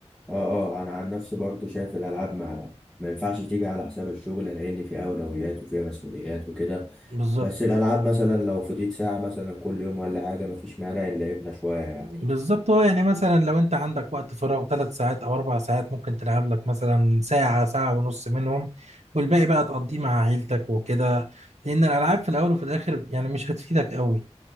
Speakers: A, in the centre; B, on the right.
A: اه اه انا عن نفسي برضو شايف الالعاب ما ما ينفعش تيجي على حساب الشغل لان في اولويات وفي مسؤوليات وكده
B: بالظبط
A: بس الالعاب مثلا لو فضيت ساعه مثلا كل يوم ولا حاجه مفيش مانع ان لعبنا شويه يعني
B: بالظبط اه يعني مثلا لو انت عندك وقت فراغ ثلاث ساعات او اربع ساعات ممكن تلعب لك مثلا ساعة ساعة ونص منهم والباقي بقى تقضيه مع عيلتك وكده لان الالعاب في الاول وفي الاخر يعني مش هتفيدك قوي